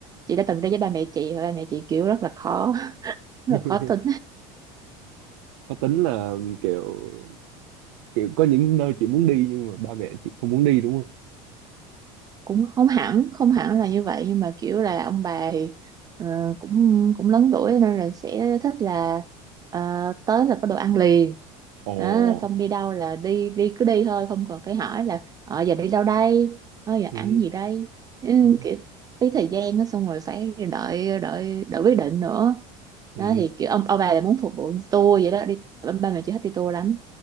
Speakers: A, on the right; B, on the right.
A: chị đã từng đi với ba mẹ chị và ba mẹ chị kiểu rất là khó <laughs> rất
B: <laughs>
A: là khó tin
B: Khó tính là kiểu kiểu có những nơi chị muốn đi nhưng mà ba mẹ chị không muốn đi đúng không?
A: cũng không hẳn không hẳn là như vậy nhưng mà kiểu là ông bà thì ờ, cũng cũng lớn tuổi nên là sẽ thích là ờ, tới là có đồ ăn liền
B: Ồ,
A: Đó, xong đi đâu là đi đi cứ đi thôi không cần phải hỏi là ờ giờ đi đâu đây ờ giờ
B: ừ,
A: ăn gì đây ừ,
B: ừ,
A: kiểu phí thời gian đó, xong rồi phải đợi đợi đợi quyết định nữa
B: ừ.
A: đó thì kiểu ông ông bà là muốn phục vụ tour vậy đó đi ba ba mẹ chị thích đi tour lắm